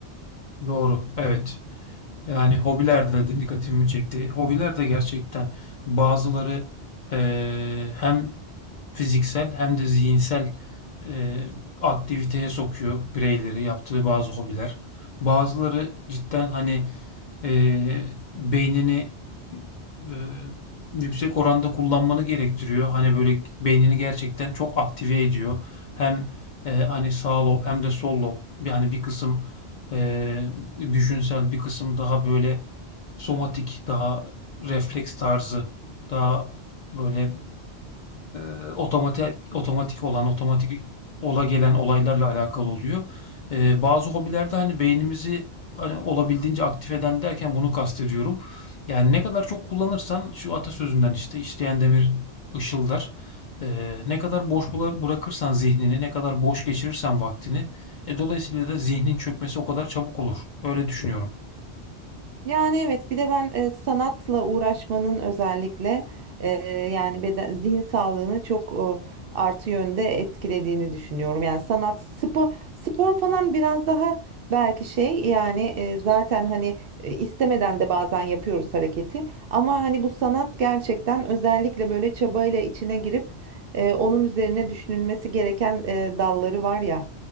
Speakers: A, on the left; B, on the right.
A: doğru, evet. Yani hobiler de dikkatimi çekti. Hobiler de gerçekten bazıları eee, hem fiziksel hem de zihinsel e, aktiviteye sokuyor bireyleri yaptığı bazı hobiler. Bazıları cidden hani e, beynini e, yüksek oranda kullanmanı gerektiriyor. Hani böyle beynini gerçekten çok aktive ediyor. Hem e, hani sağ lob hem de sol lob yani bir kısım e, düşünsel bir kısım daha böyle somatik daha refleks tarzı daha böyle e, otomatik otomatik olan otomatik ola gelen olaylarla alakalı oluyor. E, bazı hobilerde hani beynimizi hani olabildiğince aktif eden derken bunu kastediyorum. Yani ne kadar çok kullanırsan şu atasözünden işte işleyen demir ışıldar. E, ne kadar boş bula- bırakırsan zihnini, ne kadar boş geçirirsen vaktini, e, dolayısıyla da zihnin çökmesi o kadar çabuk olur. Öyle düşünüyorum.
B: Yani evet bir de ben e, sanatla uğraşmanın özellikle e, yani beden zihin sağlığını çok e, artı yönde etkilediğini düşünüyorum. Yani sanat spor spor falan biraz daha belki şey yani e, zaten hani e, istemeden de bazen yapıyoruz hareketi ama hani bu sanat gerçekten özellikle böyle çabayla içine girip e, onun üzerine düşünülmesi gereken e, dalları var ya.